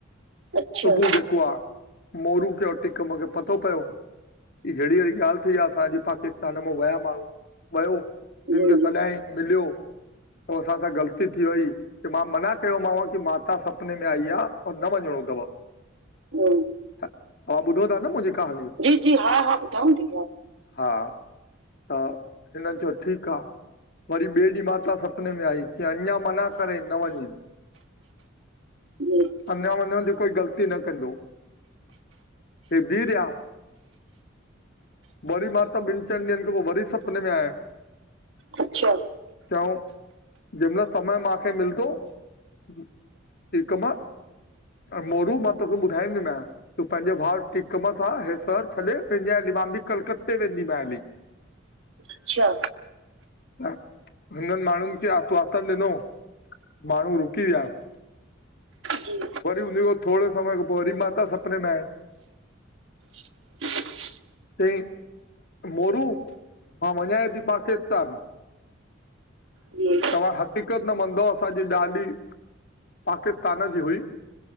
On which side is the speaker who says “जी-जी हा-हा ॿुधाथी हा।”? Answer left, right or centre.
Right